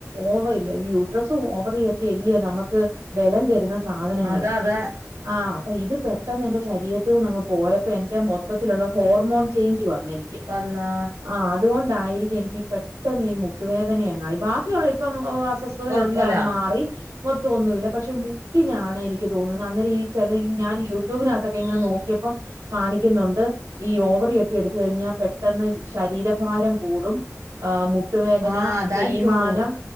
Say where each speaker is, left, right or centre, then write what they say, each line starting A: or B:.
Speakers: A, on the right; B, on the right.
A: ഓവർ ഇല്ല ഈ യൂട്രസും ഓവർ യക്കെ എല്ലിയ നമുക്ക് ബലം തരുന്ന സാധനങ്ങള്
B: അതാ അതെ
A: ആ അപ്പൊ ഇത് പെട്ടെന്ന് എന്റെ ശരീരത്ത്നങ്ങ്പോയപ്പോ എന്റെ മൊത്തത്തിലുള്ള ഹോർമോൺ ചേഞ്ച് <unintelligible> വന്ന എനിക്ക്
B: വന്നാ
A: ആ അതുകൊണ്ടായിരിക്കു എനിക്ക് ഈ പെട്ടന്ന് ഈ മുട്ടുവേദനയങ്ങായി ബാക്കിയുള്ള ഇപ്പം അസ്വസ്ഥതയില്ല
B: കൊഴപ്പൂല
A: അങ്ങ് മാറി മൊത്തം മെന്നുല്ല പക്ഷെ മുട്ടിനാണ് എനിക്ക് തോന്നുന്നത് അന്നേരം ഈ ചില ഞാൻ യൂട്യൂബിനകത്തൊക്കെ ഇങ്ങനെ നോക്കിയപ്പോ കാണിക്കുന്നുണ്ട് ഈ ഓവറൊക്കെ എടുത്ത കഴിഞ്ഞാൽ പെട്ടെന്ന് ശരീരഭാരം കൂടും <inaudible> മുട്ട് മുട്ടുവേദന
B: ആ അതായിരിക്കുള്ളൂ
A: തേയ്മാനം